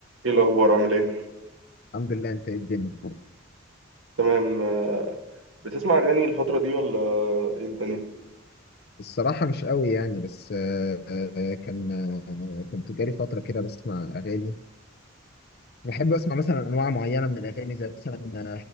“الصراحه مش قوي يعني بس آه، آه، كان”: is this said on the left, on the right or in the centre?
Left